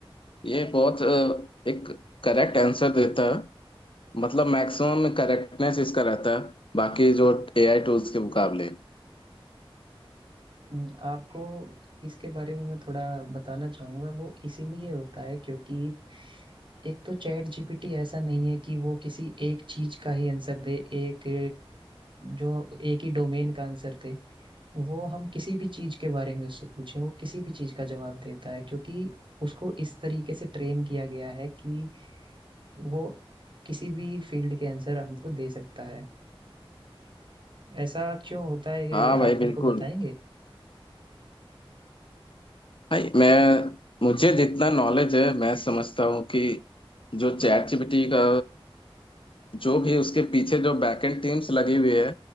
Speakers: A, on the left (about 60°); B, on the right (about 55°).
A: ये बहुत अ, एक करेक्ट आंसर देता है मतलब मैक्सिमम करेक्टनेस इसका रहता है बाकी जो एआई टूल्स के मुकाबले
B: हम्म, आपको इसके बारे में मैं थोड़ा बताना चाहूंगा वो इसीलिए होता है क्योंकि एक तो चैट जीपीटी ऐसा नहीं है कि वो किसी एक चीज का ही आंसर दे एक जो एक ही डोमेन का आंसर थे वो हम किसी भी चीज के बारे में उससे पूछें वो किसी भी चीज का जवाब देता है क्योंकि उसको इस तरीके से ट्रेन किया गया है कि वो किसी भी फील्ड के आंसर हमको दे सकता है ऐसा क्यों होता है क्या
A: हाँ
B: कि
A: भाई
B: आप
A: बिल्कुल
B: मेरे को बताएंगे
A: भाई मैं मुझे जितना नॉलेज है मैं समझता हूँ कि जो चैट जीपीटी का जो भी उसके पीछे जो बैकएंड टीम्स लगी हुई है